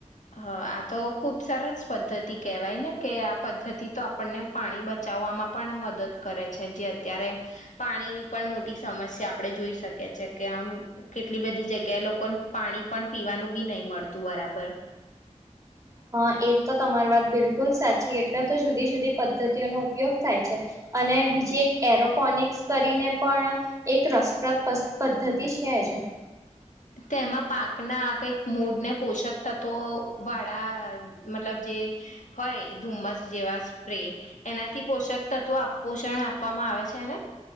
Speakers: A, on the left; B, on the right.
A: હા આ તો ખુબ સરસ પદ્ધતિ કહેવાય ને કે આ પદ્ધતિ તો આપણને પાણી બચાવવામાં પણ મદદ કરે છે જે અત્યારે પાણીની પણ મોટી સમસ્યા આપણે જોઈ શકીએીએ કે આમ કેટલી બધી જગ્યાએ લોકોને પાણી પણ પીવાનું બી નહીં મળતું બરાબર
B: હા એ તો તમારી વાત બિલકુલ સાચી એટલે તો જુદી જુદી પદ્ધતિઓનો ઉપયોગ થાય છે અને બીજી એક એરોપોનિક્સ કરીને પણ એક રસપ્રદ પદ્ધતિ છે જ
A: તેમાં પાકના કંઈક મૂળને પોષક તત્વો વાળા મતલબ જે હોય ધુમ્મસ જેવા સ્પ્રે એનાથી પોષક તત્વો પોષણ આપવામાં આવે છેને